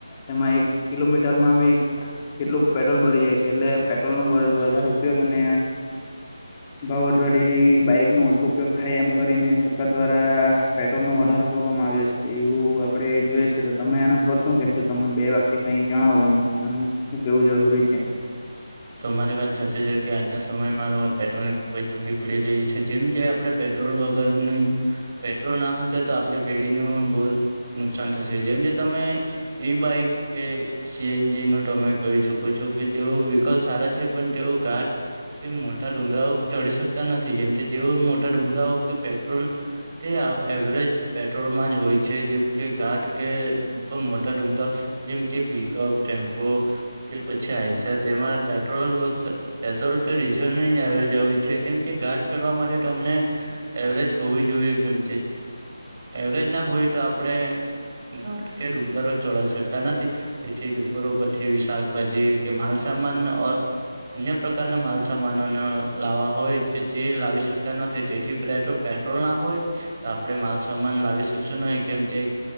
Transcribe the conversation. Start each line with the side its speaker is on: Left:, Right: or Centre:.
Left: તેમાં એક કિલોમીટરમાં બી કેટલું પેટ્રોલ બરી જાય છે. એટલે પેટ્રોલનો વ વધારે ઉપયોગ અને ભાવ વધવાથી બાઈકનો ઓછો ઉપયોગ થાય એમ કરીને સરકાર દ્વારા પેટ્રોલનો વધારો કરવામાં આવ્યો છે. એવું આપડે જોઈએ છે તો તમે આના પર શું કેહશો? તમે બે વાક્ય કઈ જણાવો એમ આનું શું કેવું જરૂરી છે?
Right: તમારી વાત સાચી છે. કે આજના સમય માં પેટ્રોલની ખુબ જ તંગી પડી રહી છે. જેમ કે આપણે પેટ્રોલ વગરની પેટ્રોલ ન હશે તો આપડી પેઢીનું બહુ નુકસાન થશે. જેમ કે તમે ઈ બાઈક કે સીએનજીનું તમે કહી શકો છો કે તેઓ વ્હીકલ સારા છે. પણ તેઓ ગાઢ કે મોટા ડુંગરાઓ ચડી શકતા નથી. જેમ કે તેઓ મોટા ડુંગરાઓ કે પેટ્રોલ તે એવરેજ પેટ્રોલમાં જ હોય છે. જેમ કે ઘાટ કે ઉપર મોટા ડુંગરા જેમ કે પિકઅપ ટેમ્પો, કે પછે આઈસ તેમાં પેટ્રોલ પેટ્રોલ કે ડીઝલની એવરેજ આવે છે જેમ કે ઘાટ ચડવા માટે તો તમને એવરેજ હોવી જોઈએ કેમ એવરેજ ના હોય તો આપણે ઘાટ કે ડુંગરો ચઢી શકતા નથી તેથી ડુંગરો પરથી શાકભાજી કે માલસામન અન્ય પ્રકારના માલસામાનો ના લાવવા હોય તો તે લાવી શકતા નથી તેથી પેટ્રોલ ના હોય તો આપડે માલ સમાન લાવી શકશું નહી કેમ કે